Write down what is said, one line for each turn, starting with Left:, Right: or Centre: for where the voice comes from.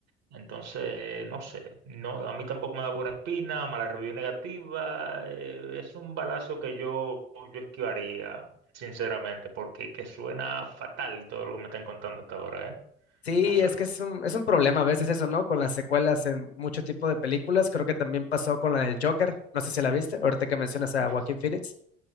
Right: Entonces, no sé, no, a mí tampoco me da buena espina, mala review negativa, eh, es un balazo que yo, yo esquivaría, sinceramente, porque que suena fatal todo lo que me están contando hasta ahora, ¿eh?
Left: Sí,
Right: No sé,
Left: es que es un, es un problema a veces eso, ¿no? Con las secuelas en mucho tipo de películas. Creo que también pasó con la del Joker. No sé si la viste, ahorita que mencionas a
Right: Uf,
Left: Joaquín Phoenix.